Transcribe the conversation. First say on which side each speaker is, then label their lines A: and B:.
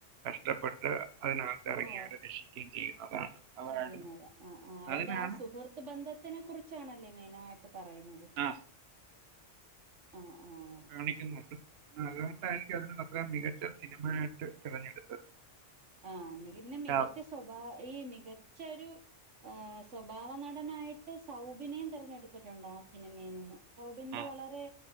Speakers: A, on the right (about 65°); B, on the right (about 85°).
A: കഷ്ടപ്പെട്ട് അതിനകത്ത് ഇറങ്ങിയവരെ
B: ഓ
A: രക്ഷിക്കുകയും ചെയ്യുന്നതാണ് അതായിരുന്നു
B: ചെയ്യുന്നത് ആ ഹ്ആ അവരുടെ
A: അതിനാണ്
B: ആ സുഹൃത്ത് ബന്ധത്തിനെ കുറിച്ചാണല്ലേ മെയിനായിട്ട് ക്കെ പറയുന്നത്
A: ആ
B: ആഹ് ആഹ്
A: കാണിക്കുന്നുണ്ട് പിന്നെ അതുകൊണ്ടായിരിക്കും അതിന അത്ര മികച്ച സിനിമയായിട്ട് തിരഞ്ഞെടുത്തത്
B: ആഹ് പിന്നെ മികച്ച
A: ആ
B: സ്വഭാവ ഈ മികച്ചൊരു ആ സ്വഭാവനടനായിട്ട് സൗബിനേം തിരഞ്ഞെടുത്തിട്ടുണ്ട് ആ സിനിമയിൽ നിന്ന് സൗബിന്റെ
A: ആ,
B: വളരെ